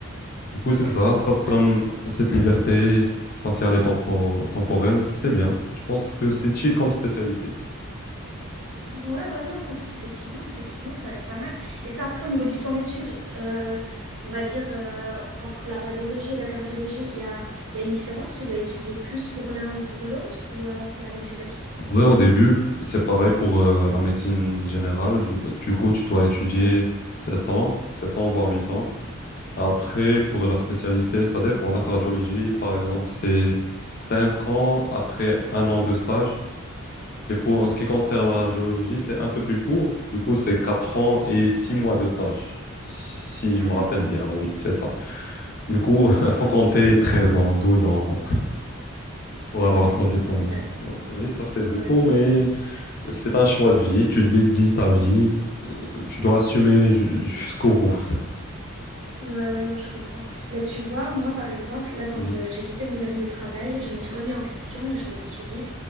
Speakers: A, on the left; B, on the right.
A: Du coup,
B: D'accord.
A: c'est ça, ça te
B: Ah,
A: donne
B: c'est-
A: cette liberté sp- spatiale et tempo- temporelle, c'est bien. Je pense que c'est chill comme spécialité.
B: Ouais, ouais, non, effectivement, effectivement, ça a l'air pas mal. Et ça, après, au niveau du temps d'étude, euh, on va dire, euh, entre la radiologie et la cardiologie, il y a, il y a une différence? Tu dois étudier plus pour l'un ou pour l'autre, ou euh, c'est la même durée?
A: En vrai, au début, c'est pareil pour euh, la médecine générale. Du, du coup, tu dois étudier
B: Ouais.
A: sept ans, 7 ans, voire 8 ans. Après, pour la spécialité, ça dépend. La cardiologie, par exemple, c'est 5 ans après un an de stage. Et pour en ce qui concerne la radiologie, c'est un peu plus court. Du coup, c'est 4 ans et 6 mois de stage, si
B: Ah,
A: je me
B: d'accord,
A: rappelle bien. Oui, c'est ça. Du coup,
B: d'accord.
A: <laughs> il faut compter 13 ans, 12 ans pour
B: Ah
A: avoir
B: ouais, ça
A: son
B: fait
A: diplôme.
B: beaucoup, ça.
A: Oui, ça fait
B: Ouais,
A: beaucoup,
B: ouais.
A: mais c'est un choix de vie. Tu dédies ta vie.
B: Oui, c'est ça.
A: Tu dois assumer ju- jusqu'au bout.
B: Ouais, ouais, non, je comprends. Mais tu vois, moi, par exemple, là, quand
A: Mhm.
B: euh, j'ai quitté mon dernier travail, je me suis remis en question et je me suis dit,